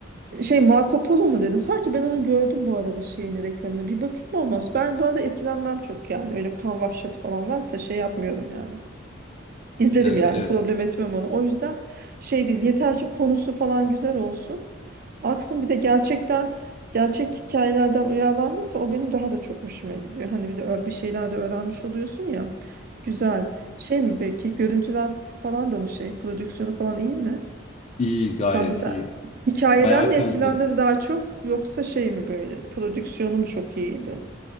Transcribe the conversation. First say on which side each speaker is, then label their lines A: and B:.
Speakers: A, on the right (about 45°); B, on the left (about 35°).
A: Şey Marco Polo mu dedin? Sanki ben onu gördüm bu arada şeyini reklamını. Bir bakayım olmaz. Ben bu arada etkilenmem çok yani. Öyle kan vahşeti falan varsa şey yapmıyorum yani. İzledim
B: Yani
A: yani
B: evet
A: problem etmem onu. O yüzden şey değil yeter ki konusu falan güzel olsun. Aksın bir de gerçekten gerçek hikayelerden uyarlandıysa o benim daha da çok hoşuma gidiyor. Hani bir de ö- bir şeyler de öğrenmiş oluyorsun ya. Güzel. Şey mi peki görüntüler falan da mı şey prodüksiyonu falan iyi mi?
B: iyi gayet
A: Sen mesela
B: iyi.
A: hikayeden
B: Bayağı
A: mi
B: kaliteli.
A: etkilendin daha çok yoksa şey mi böyle prodüksiyonu mu çok iyiydi?